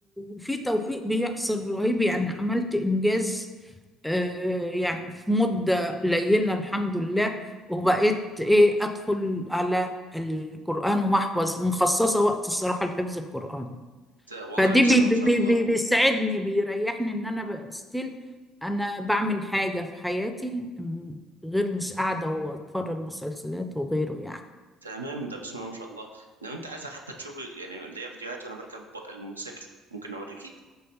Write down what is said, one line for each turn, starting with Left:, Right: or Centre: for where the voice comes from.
Centre: وفي توفيق بيحصل رهيب يعني عملت إنجاز آه، يعني في مدة قليلة الحمد لله وبقيت إيه أدخل على القرآن وأحفظ مخصصة وقت الصراحة لحفظ القرآن
Right: ت- والله
Centre: فدي
Right: بسم
Centre: بي
Right: الله ما شاء
Centre: بي
Right: الله
Centre: بي بيسعدني بيريحني ان انا بقى ستيل انا بعمل حاجة في حياتي م- غير مش قاعدة واتفرج مسلسلات وغيره يعني
Right: تمام ده بسم الله ما شاء الله لو انت عايز حتى تشوف يعني ليا فيديوهات وانا بركب ب- الموتوسيكل ممكن اوريكي